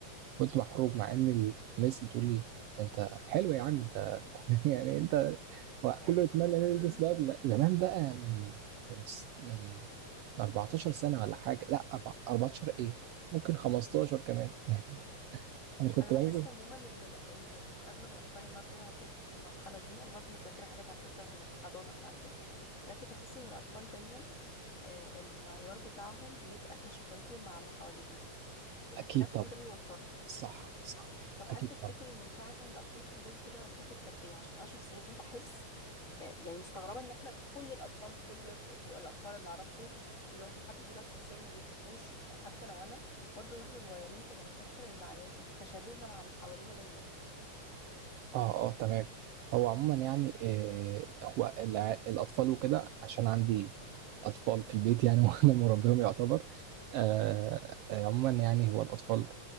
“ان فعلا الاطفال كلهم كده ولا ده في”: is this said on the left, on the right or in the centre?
Left